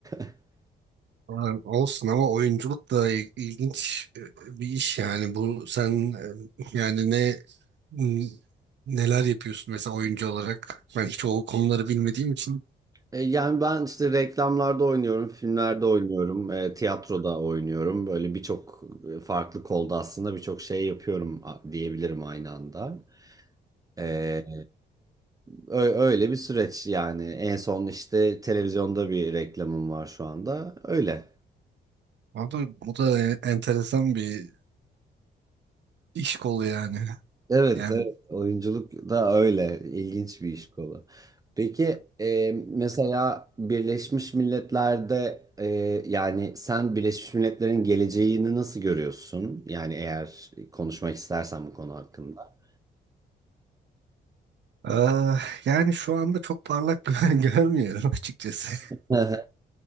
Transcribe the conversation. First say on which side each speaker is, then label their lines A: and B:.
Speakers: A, on the right; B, on the right.
A: <laughs>
B: Ha, Olsun ama oyunculuk da il- ilginç e, bir iş yani bu sen e, yani ne n- neler yapıyorsun mesela oyuncu olarak ben hiç o konuları bilmediğim için.
A: E, Yani ben işte reklamlarda oynuyorum, filmlerde oynuyorum, e, tiyatroda oynuyorum. Böyle birçok e, farklı kolda aslında birçok şey yapıyorum a- diyebilirim aynı anda. Ee, ö- öyle bir süreç yani. En son işte televizyonda bir reklamım var şu anda. Öyle.
B: Abi bu da e, enteresan bir iş kolu yani.
A: Evet,
B: Yani
A: evet. Oyunculuk da öyle. İlginç bir iş kolu. Peki e, mesela Birleşmiş Milletler'de e, yani sen Birleşmiş Milletler'in geleceğini nasıl görüyorsun? Yani eğer konuşmak istersen bu konu hakkında.
B: Ah, yani şu anda çok parlak <laughs> gö- görmüyorum açıkçası. <laughs>
A: Hı hı.